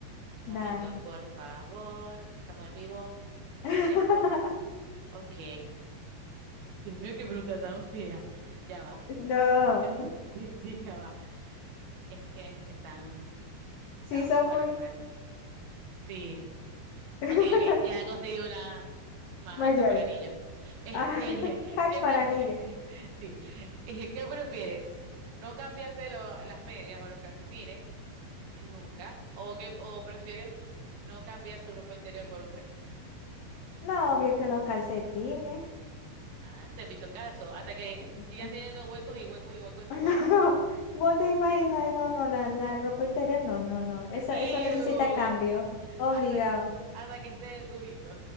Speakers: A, on the right (about 65°); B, on the left (about 75°).
A: Un
B: Dale.
A: momento, por favor. Estamos en vivo
B: <laughs>
A: y en directo. Ok. Dios mío, qué bruta tan fea. Ya va.
B: No.
A: <laughs> Sí, sí, ya va. Es que están, están
B: Sí, son
A: fuertes.
B: muy.
A: Sí.
B: <laughs>
A: Ok, ok, ya conseguí una más
B: Medio
A: alta para
B: ahí.
A: niños. Este,
B: Ah, <laughs> Ay,
A: ¿qué
B: paralillo.
A: prefieres? <laughs> Sí, ¿qué, qué prefieres? ¿No cambiarte lo- las medias o los calcetines eh, nunca? ¿O que, o prefieres no cambiar tu ropa interior por un mes?
B: No, obvio que los calcetines.
A: Ah, se han visto casos, hasta que
B: <laughs>
A: sigan teniendo huecos y huecos y huecos y más
B: No,
A: huecos.
B: vos te imaginas, no, no, la, la ropa interior, no, no, no. Eso,
A: ¡Ew!
B: eso necesita cambio. Obligado.
A: Hasta que, hasta que esté durito.